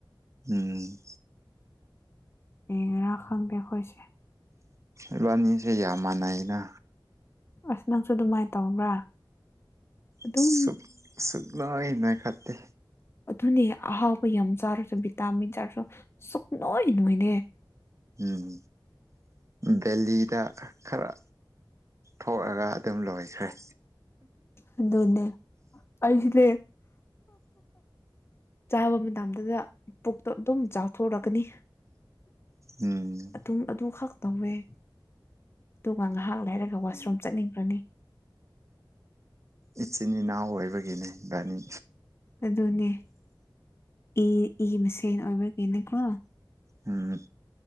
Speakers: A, on the right (about 35°); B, on the left (about 30°).
A: ꯎꯝ
B: ꯌꯦꯡꯉꯦꯔꯥ ꯈꯪꯗꯦ ꯑꯩꯈꯣꯏꯁꯦ
A: ꯢꯕꯥꯅꯤꯁꯦ ꯌꯥꯝ ꯃꯥꯟꯅꯩꯩꯅ
B: ꯑꯁ ꯅꯪꯁꯨ ꯑꯗꯨꯃꯥꯏꯅ ꯇꯧꯕ꯭ꯔꯥ ꯑꯗꯨꯝ
A: ꯁꯨꯛ ꯁꯨꯛꯅꯣꯏ ꯅꯣꯏꯈꯠꯇꯦ
B: ꯑꯗꯨꯅꯦ ꯑꯍꯥꯎꯕ ꯌꯥꯝ ꯆꯥꯔꯁꯨ ꯚꯤꯇꯥꯃꯤꯟ ꯆꯥꯔꯁꯨ ꯁꯨꯛꯅꯣꯏ ꯅꯣꯏꯗꯦ
A: ꯎꯝ ꯒꯦꯂꯤꯗ ꯈꯔ ꯊꯣꯛꯑꯒ ꯑꯗꯨꯝ ꯂꯣꯏꯈ꯭ꯔꯦ
B: ꯑꯗꯨꯅꯦ ꯑꯩꯁꯨ ꯅꯦ ꯆꯥꯕ ꯃꯇꯝꯗꯨꯗ ꯄꯨꯛꯇꯣ ꯑꯗꯨꯝ ꯆꯥꯎꯊꯣꯛꯔꯛꯀꯅꯤ
A: ꯎꯝ
B: ꯑꯗꯨꯝ ꯑꯗꯨꯈꯛ ꯇꯧꯋꯦ ꯑꯗꯨꯒ ꯉꯥꯏꯍꯥꯛ ꯂꯩꯔꯒ ꯋꯥꯁꯔꯨꯝ ꯆꯠꯅꯤꯡꯈ꯭ꯔꯅꯤ
A: ꯏꯆꯤꯟ ꯏꯅꯥꯎ ꯑꯣꯏꯕꯒꯤꯅꯦ ꯏꯕꯥꯅꯤ
B: ꯑꯗꯨꯅꯦ ꯏ ꯏ ꯃꯁꯦꯟ ꯑꯣꯏꯕꯒꯤꯅꯦꯀꯣ
A: ꯎꯝ